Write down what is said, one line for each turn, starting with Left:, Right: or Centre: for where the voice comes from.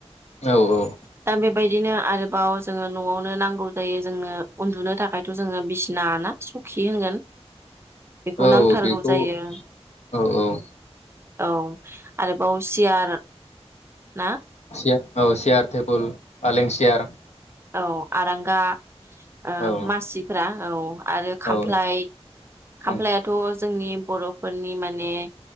Left: औ औ
Right: दा बेबायदिनो आरोबाव जोङो न'आवनो नांगौ जायो जोंनो उन्दुनो थाखायथ' जोङो बिसिना ना सखि होनगोन बेखौ
Left: औ
Right: नांथारगौ
Left: बेखौ
Right: जायो
Left: औ-औ
Right: औ आरोबाव सियार ना
Left: सियार औ सियार टेबोल फालें सियार
Right: औ आरांगा ओ
Left: औ
Right: मासिग्रा औ आरो खामफ्लाय
Left: औ
Right: खामफ्लायाथ'
Left: औ
Right: जोंनि बर'फोरनि माने ए